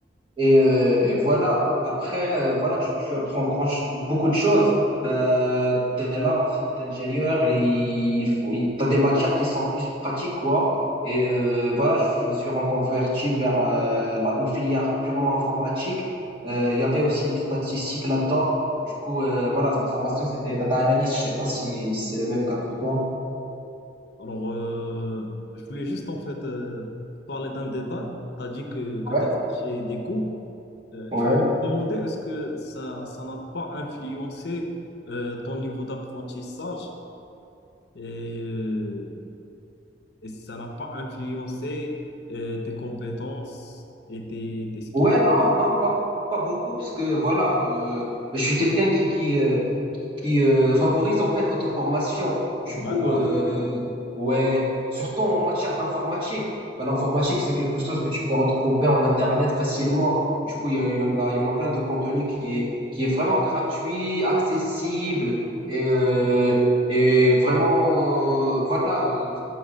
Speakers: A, on the right; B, on the left.
A: Et, euh, et voilà. Après, euh, voilà, tu, tu apprends grand- beaucoup de choses. Ben, t'es là en cycle d'ingénieur, il faut, il, t'as des matières qui sont plus pratiques, quoi. Et euh, voilà, je me suis reconverti vers euh, la- une filière purement informatique. Euh, Il y avait aussi du statistique là-dedans. Du coup, euh, voilà, ma formation, c'était data analyst. Je sais pas si c'est le même cas pour toi.
B: Alors, euh, je voulais juste en fait euh, parler d'un détail. Tu as dit que, que
A: Ouais.
B: tu as fait chez des cours. Euh,
A: Ouais.
B: je voulais te demander, est-ce que ça, ça n'a pas influencé euh, ton niveau d'apprentissage et, euh, et ça n'a pas influencé euh, tes compétences et tes, tes skills?
A: Ouais, non, non, pas, pas beaucoup, parce que voilà, euh, je suis quelqu'un qui, qui, euh, qui euh, favorise en fait l'auto-formation. Du
B: D'accord.
A: coup, euh, ouais, surtout en matière d'informatique. Bah, l'informatique, c'est quelque chose que tu peux retrouver en Internet facilement. Du coup, il y, a- il y en a, il y en a plein de contenu qui est, qui est vraiment gratuit, accessible et, euh, et vraiment, euh, voilà, euh,